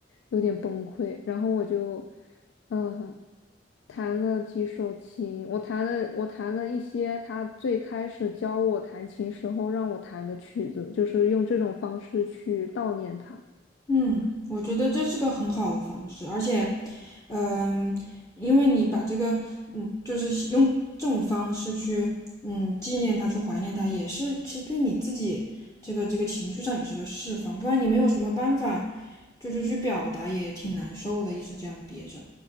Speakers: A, on the left (about 85°); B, on the left (about 15°).
A: 有点崩溃，然后我就嗯弹了几首琴，我弹了我弹了一些他最开始教我弹琴时候让我弹的曲子，就是用这种方式去悼念他。
B: 嗯，我觉得这是个很好的方式，而且，嗯，因为你把这个，嗯，就是用这种方式去，嗯，纪念他，去怀念他，也是其实对你自己这个这个情绪上也是个释放，不然你没有什么办法，就是去表达也挺难受的，一直这样憋着。